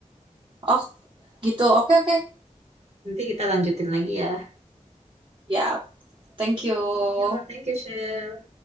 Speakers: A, on the right; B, on the right.
A: Oh, gitu. Oke, oke.
B: Nanti kita lanjutin lagi ya.
A: Ya, thank you.
B: Yo, thank you, Sheila